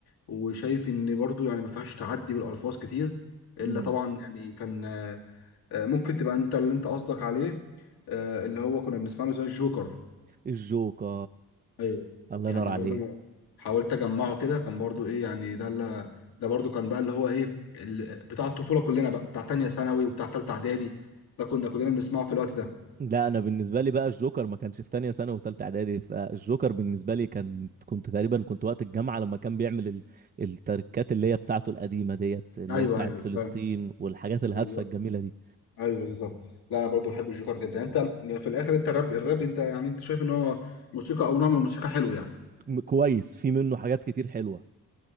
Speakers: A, on the left; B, on the right.
A: وشايف ان برضو يعني ما فيهاش تعدي بالالفاظ كتير الا
B: امم
A: طبعا يعني كان آه، آه، ممكن تبقى انت اللي انت قصدك عليه آه، اللي هو كنا بنسمع له زي الجوكر
B: الجوكر
A: ايوه
B: الله
A: يعني
B: ينور عليك
A: برضو أنا حاولت اجمعه كده كان برضو ايه يعني ده اللي ده برضو كان بقى اللي هو ايه ال- بتاع الطفوله كلنا بقى بتاع تانية ثانوي وبتاع تالتة اعدادي ده كنا كلنا بنسمعه في الوقت ده
B: لا انا بالنسبه لي بقى الجوكر ما كانش في تانية ثانوي وثالثه اعدادي فالجوكر بالنسبه لي كان كنت تقريبا كنت وقت الجامعه لما كان بيعمل ال... التركات اللي هي بتاعته القديمه ديت اللي
A: ايوه
B: هي بتاعت
A: ايوه
B: فلسطين
A: فاهم
B: والحاجات الهادفه
A: بالظبط
B: الجميله دي
A: ايوه بالظبط لا انا برضو بحب الجوكر جدا انت في الاخر انت الراب الراب انت يعني انت شايف ان هو موسيقى او نوع من الموسيقى حلو يعني
B: م- كويس في منه حاجات كتير حلوه